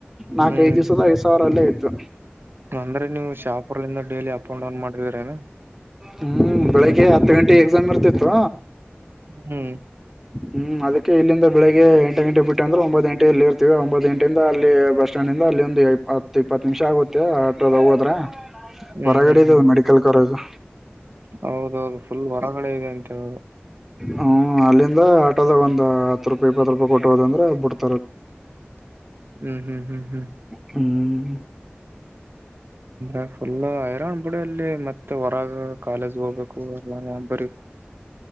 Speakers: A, in the centre; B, on the right (about 60°).
A: ನಾಕ್ಐದ್
B: ಹ್ಮ್
A: ದಿವ್ಸದ ಐದ್ ಸಾವಿರಲ್ಲೇ ಇದ್ದು.
B: ಅಂದ್ರೆ ನೀವು ಶಾಪುರ್ಲಿಂದ ಡೈಲಿ ಅಪ್ ಅಂಡ್ ಡೌನ್ ಮಾಡಿದ್ರಏನಾ
A: ಹ್ಮ್ ಬೆಳಗ್ಗೆ ಹತ್ತು ಗಂಟೆಗೆ ಎಕ್ಸಾಮ್ ಇರ್ತಿತ್ತು
B: ಹ್ಮ್
A: ಹ್ಮ್ ಅದಕ್ಕೆ ಇಲ್ಲಿಂದ ಬೆಳಿಗ್ ಎಂಟ ಗಂಟೆ ಬಿಟ್ಟು ಅ್ರೆ ಒಂಬ್ ಗಂಟೆ ಎ ಇರ್ತವಿ ಒಂಬ್ ಗಂಟೆಯಿಂದ ಅಲ್ಲಿ ಬಸ್ ಸ್ಟ್ಯಾಂಡ್ ಅಲ್ಲಿ ಒಂದು ಇ ಹತ್ ಇಪ್ಪತ್ತು ನಿಮಿಷ ಆಗುತ್ತೆ ಆಟೋದಾಗ ಹೋದ್ರೆ
B: ಹ್ಮ್
A: ಹೊರಗಡೆ
B: ಹ್ಮ್
A: ಇದದು
B: ಹ್ಮ್
A: ಮೆಡಿಕಲ್ ಕಾಲೇಜು
B: ಹೌದೌದು ಫುಲ್ ಹೊರಗಡೆ ಇದೆ ಅಂತ ಹೇಳದು
A: ಹ್ಮ್ ಅಲ್ಲಿಂದ ಆಟೋದ ಒಂದ್ ಹತ್ ರೂಪಾಯಿ ಇಪ್ಪತ್ತು ರೂಪಾಯಿ ಕೊಟ್ಟುವುದಂದ್ರೆ ಬಿಡ್ತ
B: ಹ್ಮ್ ಹ್ಮ್ ಹ್ಮ್ ಹ್ಮ್
A: ಹ್ಮ್
B: ಅ ಫುಲ್ ಐರನ್್ ಬಿುಡಿ ಅಲ್ಲಿ ಮತ್ತೆ ಹೊರಗ ಕಾಲೇಜ್ ಹೋಗ್ಬೇಕು ಎಲ್ಲ ಬ